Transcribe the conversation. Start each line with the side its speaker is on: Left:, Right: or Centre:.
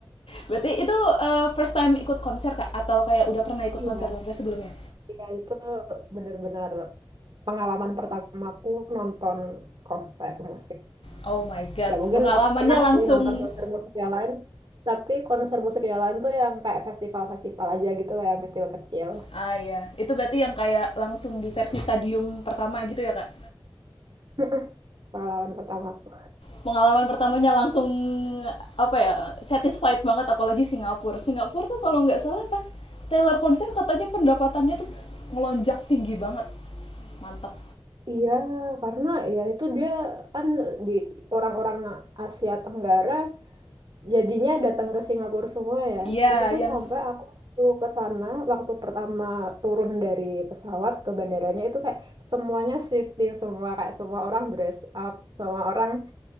Left: berarti itu eh, first time ikut konser kak atau kayak udah pernah ikut
Right: Iya,
Left: konser konser sebelumnya
Right: iya itu benar-benar pengalaman pertamaku nonton konser musik.
Left: Oh my god,
Right: Ya mungkin
Left: pengalamannya
Right: aku pernah
Left: langsung
Right: sih nonton konser musik yang lain, tapi konser musik yang lain tuh yang kayak festival-festival aja gitu loh, yang kecil-kecil.
Left: Ah iya, itu berarti yang kayak langsung di versi stadium pertama gitu ya kak?
Right: <clears throat> <laughs> Pengalaman pertamaku.
Left: Pengalaman pertamanya langsung apa ya satisfied banget, apalagi Singapura. Singapura tuh kalau nggak salah pas Taylor konser katanya pendapatannya tuh melonjak tinggi banget, mantap.
Right: Iya, karena ya itu dia kan di orang-orang Asia Tenggara jadinya datang ke Singapura semua ya.
Left: Iya,
Right: Itu tuh
Left: yang
Right: sampai aku tuh ke sana waktu pertama turun dari pesawat ke bandaranya itu kayak semuanya shifting semua kayak semua orang dress up, semua orang